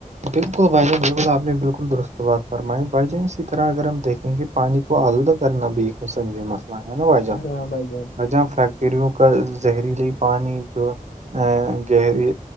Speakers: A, on the right; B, on the left.
A: بالکل بھائی جان بالکل آپ نے بالکل درست بات فرمائی بائی جان اسی طرح اگر ہم دیکھے کیونکہ پانی کو آلودہ کرنا بھی سنج مسئلہ ہے نا بجہ
B: ہاں بھائی جان
A: جہ ف تریو کا زہریلی پانی جو ا گہری